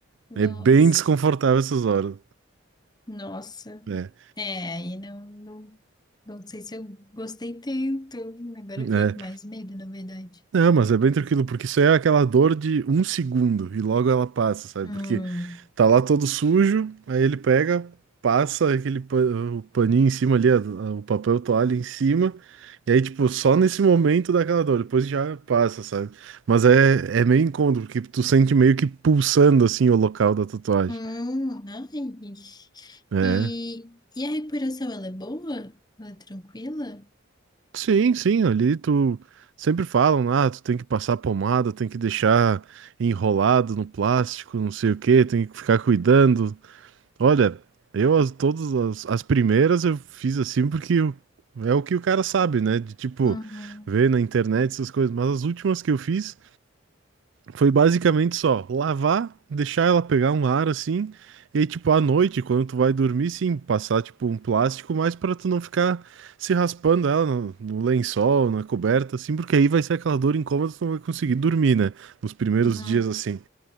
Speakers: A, on the left; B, on the right.
A: Nossa,
B: É bem desconfortável essas horas.
A: nossa.
B: É,
A: É, aí não, não, não sei se eu gostei tanto. Agora
B: é.
A: eu fiquei com mais medo, na verdade.
B: Não, mas é bem tranquilo, porque isso é aquela dor de um segundo e logo ela passa, sabe?
A: Hum,
B: Porque tá lá todo sujo, aí ele pega, passa aquele pa- o paninho em cima ali, a- a- o papel toalha em cima, e aí, tipo, só nesse momento dá aquela dor, depois já passa, sabe? Mas é, é meio incômodo, porque tu sente meio que pulsando assim o local da tatuagem.
A: hum, ai.
B: É.
A: E, e a recuperação, ela é boa? Ela é tranquila?
B: Sim, sim, ali tu sempre falam, ah, tu tem que passar pomada, tem que deixar enrolado no plástico, não sei o que tem que ficar cuidando. Olha, eu as, todas as, as primeiras eu fiz assim porque o- é o que o cara sabe, né? De tipo,
A: Uhum,
B: ver na internet essas coisas, mas as últimas que eu fiz foi basicamente só lavar, deixar ela pegar um ar assim, e aí, tipo, à noite, quando tu vai dormir, sim, passar, tipo, um plástico, mas para tu não ficar se raspando ela no, no lençol, na coberta, assim, porque aí vai ser aquela dor incômoda, tu não vai conseguir dormir, né? Nos primeiros
A: uhum,
B: dias, assim.